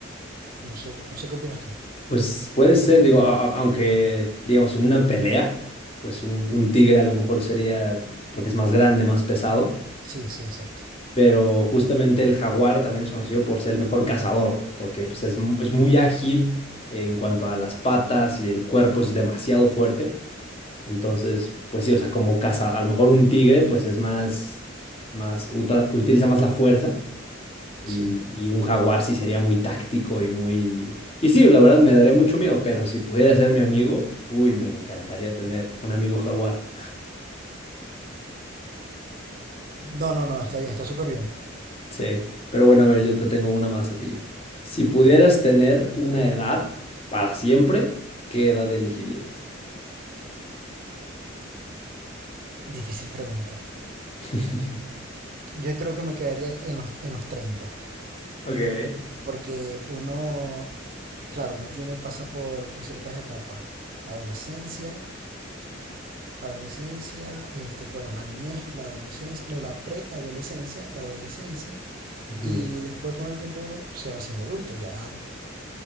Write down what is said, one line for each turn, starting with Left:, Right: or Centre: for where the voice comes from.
Right: No sé, no sé qué opinas tú.
Left: Pues puede ser, digo, a- a- aunque digamos en una pelea, pues un, un tigre a lo mejor sería, porque es más grande, más pesado,
Right: Sí, sí, exacto.
Left: pero justamente el jaguar también es conocido por ser el mejor cazador, porque pues, es, mu- es muy ágil en cuanto a las patas y el cuerpo es demasiado fuerte. Entonces, pues sí, o sea, como caza, a lo mejor un tigre pues es más, más, uta- utiliza más la fuerza y,
Right: Sí.
Left: y un jaguar sí sería muy táctico y muy... Y sí, la verdad me daría mucho miedo, pero si pudiera ser mi amigo, uy, me encantaría tener un amigo jaguar.
Right: No, no, no, está bien, está súper bien.
Left: Sí, pero bueno, a ver, yo te tengo una más a ti. Si pudieras tener una edad para siempre, ¿qué edad elegirías?
Right: Difícil pregunta.
Left: <laughs>
Right: Yo creo que me quedaría en los, en los treinta
Left: Ok.
Right: porque uno, claro, uno tiene, pasa por, por ciertas etapas. Adolescencia, adolescencia, este, bueno, la niñez, la adolescencia, la la preadolescencia, la adolescencia,
Left: Ujú,
Right: Y después con el tiempo uno se va haciendo adulto, ya